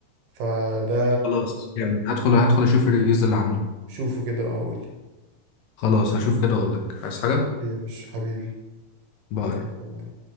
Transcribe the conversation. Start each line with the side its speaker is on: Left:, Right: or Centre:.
Right: فده
Left: خلاص جامد هدخل هدخل اشوف الريفيوز اللي عنه
Right: شوفه كده اقول لي
Left: خلاص هشوف كده اقول لك عايز حاجة
Right: اوكي يا باشا حبيبي
Left: باي
Right: يلا باي.